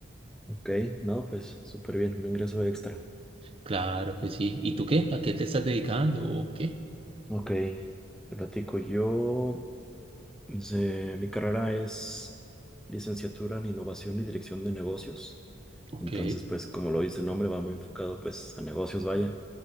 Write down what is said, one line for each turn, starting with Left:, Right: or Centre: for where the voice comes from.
Centre: Ok. No, pues súper bien. Un ingreso extra.
Right: Claro que sí. ¿Y tú qué? ¿A qué te estás dedicando? ¿O qué?
Centre: Ok. Te platico. Yo, pues, eh, mi carrera es licenciatura en innovación y dirección de negocios.
Right: Ok.
Centre: Entonces, pues como lo dice el nombre, va muy enfocado pues a negocios, vaya.